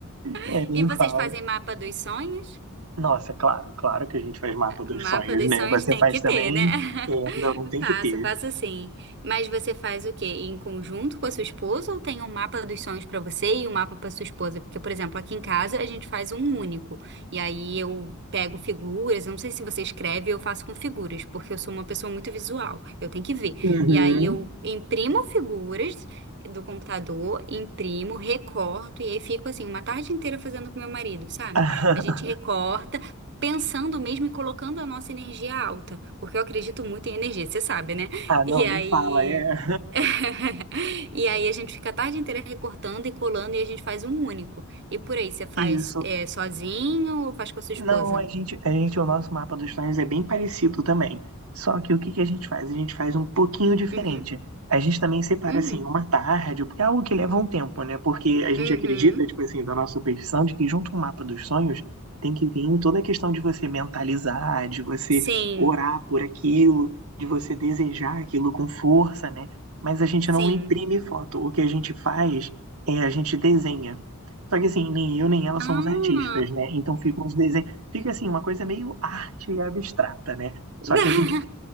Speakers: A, on the right; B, on the right.
A: <laughs>
B: é, nem
A: E vocês
B: fala.
A: fazem mapa dos sonhos?
B: Nossa, claro, claro que a gente faz mapa dos
A: Uma
B: sonhos,
A: produção
B: né?
A: a
B: Você
A: gente tem
B: faz
A: que
B: também?
A: ter, né? <laughs>
B: É, não, tem
A: Faço,
B: que ter.
A: faço sim. Mas você faz o quê? Em conjunto com a sua esposa ou tem um mapa dos sonhos para você e um mapa para sua esposa? Porque, por exemplo, aqui em casa a gente faz um único. E aí eu pego figuras, eu não sei se você escreve, eu faço com figuras, porque eu sou uma pessoa muito visual. Eu tenho que ver.
B: Uhum.
A: E aí eu imprimo figuras do computador, imprimo, recorto e aí fico assim uma tarde inteira fazendo com meu marido, sabe?
B: <laughs>
A: A gente recorta pensando mesmo e colocando a nossa energia alta, porque eu acredito muito em energia, você sabe, né?
B: Ah, não,
A: E aí.
B: nem fala, é.
A: <laughs> E aí a gente fica a tarde inteira recortando e colando e a gente faz um único. E por aí, você faz
B: Isso.
A: é, sozinho ou faz com a sua esposa?
B: Não, a gente, a gente, o nosso mapa dos sonhos é bem parecido também. Só que o que que a gente faz? A gente faz um pouquinho diferente.
A: Uhum,
B: A gente também separa
A: uhum,
B: assim uma tarde, porque é algo que leva um tempo, né? Porque a gente
A: uhum.
B: acredita, tipo assim, da nossa superstição de que junto com o mapa dos sonhos tem que vir toda a questão de você mentalizar, de você
A: Sim,
B: orar por aquilo, de você desejar aquilo com força, né? Mas a gente
A: sim.
B: não imprime foto. O que a gente faz é a gente desenha. Só que assim, nem eu nem ela
A: Ah.
B: somos artistas, né? Então ficam os desenhos fica assim, uma coisa meio arte abstrata, né? Só
A: <laughs>
B: que a gente,